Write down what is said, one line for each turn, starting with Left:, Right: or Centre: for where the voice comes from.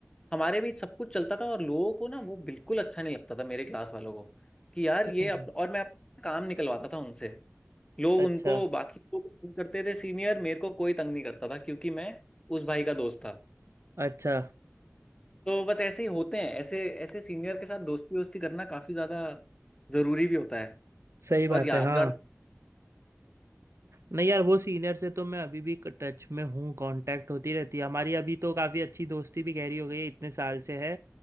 Left: हमारे बीच सब कुछ चलता था और लोगों को ना वो बिल्कुल अच्छा नहीं लगता था मेरे क्लास वालों को कि यार
Right: हम्म
Left: ये अप... और मैं अपना काम निकलवाता था उनसे लोग
Right: अच्छा
Left: उनको बाकी लोग तंग करते थे सीनियर मेरे को कोई तंग नहीं करता था क्योंकि मैं उस भाई का दोस्त था
Right: अच्छा
Left: तो बस ऐसे ही होते हैं ऐसे ऐसे सीनियर के साथ दोस्ती वोस्ती करना काफी ज्यादा जरूरी भी होता है
Right: सही बात
Left: और यादगार
Right: है हाँ नहीं यार वो सीनियर से तो मैं अभी भी टच में हूँ कांटेक्ट होती रहती है हमारी अभी तो काफ़ी अच्छी दोस्ती भी गहरी हो गई है इतने साल से है